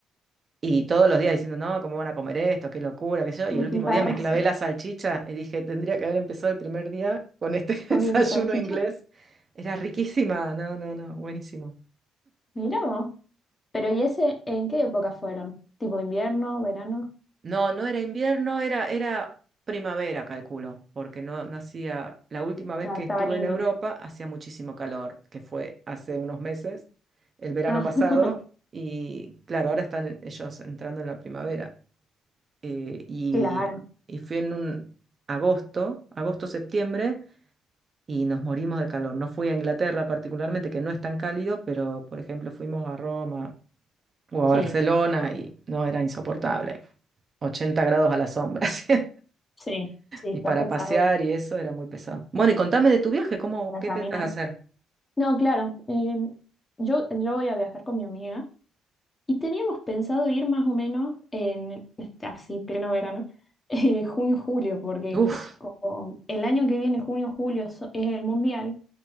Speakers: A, on the right (about 40°); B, on the left (about 25°).
A: Y todos los días diciendo, no, ¿cómo van a comer esto? Qué locura, qué sé yo. Y
B: butifarras
A: el último día me clavé
B: <laughs>
A: la salchicha y dije, tendría que haber empezado el primer día con este <laughs>
B: comiendo
A: desayuno
B: salchicha.
A: inglés. Era riquísima, no, no, no, buenísimo.
B: Mira vos. Pero ¿y ese en qué época fueron? ¿Tipo invierno, verano?
A: No, no era invierno, era, era primavera, calculo, porque no, no hacía, la última vez
B: Claro,
A: que
B: estaba
A: estuve
B: lindo.
A: en Europa hacía muchísimo calor, que fue hace unos meses, el verano
B: Ah,
A: pasado,
B: <laughs> ok.
A: y claro, ahora están ellos entrando en la primavera. eh, y,
B: Claro.
A: y fui en un agosto, agosto-septiembre, y nos morimos de calor. No fui a Inglaterra particularmente, que no es tan cálido, pero por ejemplo fuimos a Roma o a
B: Sí,
A: Barcelona y no era insoportable. ochenta grados a la sombra. <laughs> así.
B: sí, sí, está
A: Y para
B: pesado
A: pasear y eso era muy pesado. Bueno, y contame de tu viaje, ¿cómo,
B: para
A: qué
B: caminar.
A: pensás hacer?
B: No, claro. em, yo, yo voy a viajar con mi amiga. Y teníamos pensado ir más o menos en, este, así, pleno verano, <laughs> eh, junio-julio, porque
A: Uf,
B: como el año que viene, junio-julio, so- es el mundial,